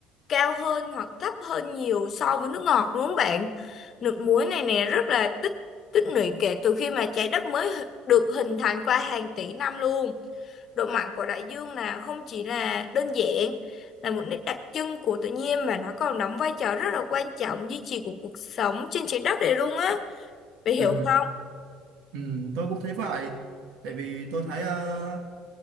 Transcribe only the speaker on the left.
cao hơn hoặc thấp hơn nhiều so với nước ngọt đúng không bạn? Nước muối này nè rất là tích tích lũy kể từ khi mà trái đất mới được hình thành qua hàng tỷ năm luôn. độ mặn của đại dương là không chỉ là đơn giản là một nét đặc trưng của tự nhiên mà nó còn đóng vai trò rất là quan trọng duy trì của cuộc sống trên trái đất này luôn á bạn hiểu
không